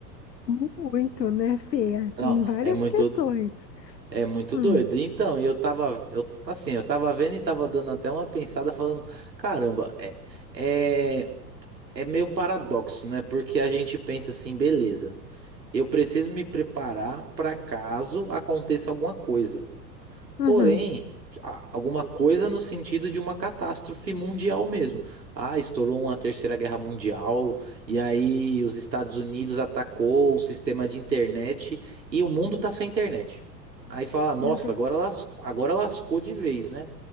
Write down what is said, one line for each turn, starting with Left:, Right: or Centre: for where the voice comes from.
Left: Muito, né, Fê? Assim,
Right: Não,
Left: Em várias
Right: é muito,
Left: questões.
Right: é muito
Left: Hum,
Right: doido. Então, e eu tava, eu, assim, eu tava vendo e tava dando até uma pensada falando, caramba, é, é, é meio um paradoxo, né? Porque a gente pensa assim, beleza, eu preciso me preparar para caso aconteça alguma coisa.
Left: uhum.
Right: Porém, a- alguma coisa no sentido de uma catástrofe mundial mesmo. Ah, estourou uma Terceira Guerra Mundial, e aí os Estados Unidos atacou o sistema de internet e o mundo tá sem internet. Aí fala, nossa,
Left: Meu Deus.
Right: agora las- agora lascou de vez, né?